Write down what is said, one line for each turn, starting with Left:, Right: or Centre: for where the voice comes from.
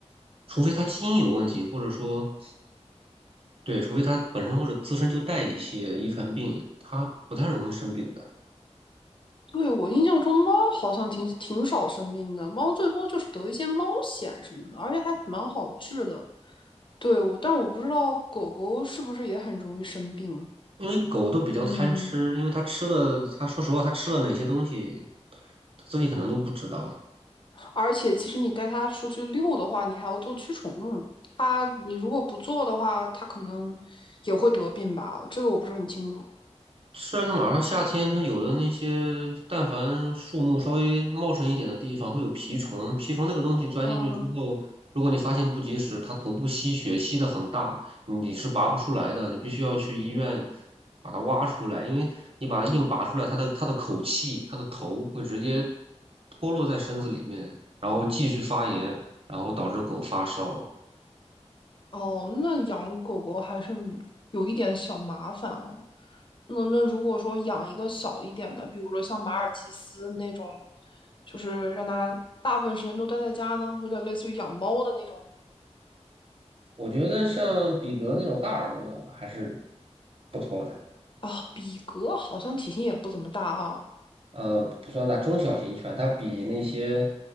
Right: 除非它基因有问题，或者说对，除非它本身或者自身就带一些遗传病，它不太容易生病的。
Left: 对，我印象中猫好像挺挺少生病的，猫最多就是得一些猫癣什么的，而且还蛮好治的。对，我，但我不知道狗狗是不是也很容易生病。
Right: 因为狗都比较贪吃，
Left: 嗯，
Right: 因为它吃的，它说实话，它吃了哪些东西，自己可能都不知道。
Left: 而且其实你带它出去遛的话，你还要做驱虫。它，你如果不做的话，它可能也会得病吧？这个我不是很清楚。
Right: 虽然马上夏天，它有的那些，但凡树木稍微茂盛一点的地方，会有蜱虫。蜱虫那个东西钻进去之后，
Left: 嗯，
Right: 如果你发现不及时，它头部吸血吸的很大，你是拔不出来的，你必须要去医院把它挖出来，因为你把它硬拔出来，它的它的口气，它的头会直接脱落在身子里面，然后继续发炎，然后导致狗发烧。
Left: 哦，那养狗狗还是有一点小麻烦哦。那那如果说养一个小一点的，比如说像马尔济斯那种，就是让它大部分时间都待在家呢，有点类似于养猫的那种
Right: 我觉得像比格那种大耳朵的还是不错的。
Left: 啊。比格好像体型也不怎么大啊，
Right: 呃，不算大，中小型犬，它比那些